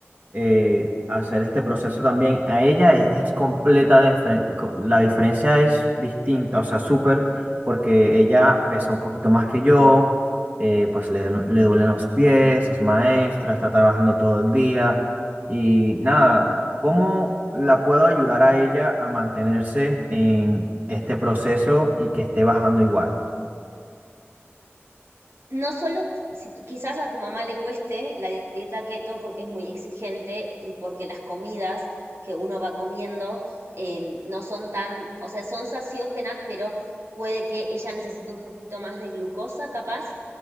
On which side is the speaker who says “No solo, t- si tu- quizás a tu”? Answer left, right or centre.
Right